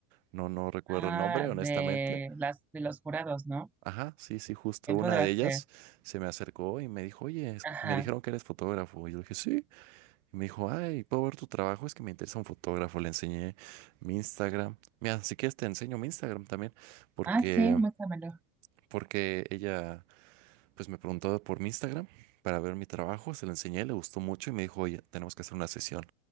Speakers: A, on the right; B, in the centre.
A: No, no recuerdo
B: Ah,
A: el nombre, honestamente,
B: de las de los jurados, ¿no?
A: Ajá, sí, sí, justo
B: ¿Quién
A: una
B: podrá
A: de ellas
B: ser?
A: se me acercó y me dijo, oye, escu-
B: Ajá.
A: me dijeron que eres fotógrafo. Y yo dije, sí. Y me dijo, ay, ¿puedo ver tu trabajo? Es que me interesa un fotógrafo. Le enseñé mi Instagram. Mira, si quieres te enseño mi Instagram también, porque,
B: Ay, sí, muéstramelo.
A: porque ella, pues me preguntó por mi Instagram para ver mi trabajo. Se lo enseñé, le gustó mucho y me dijo, oye, tenemos que hacer una sesión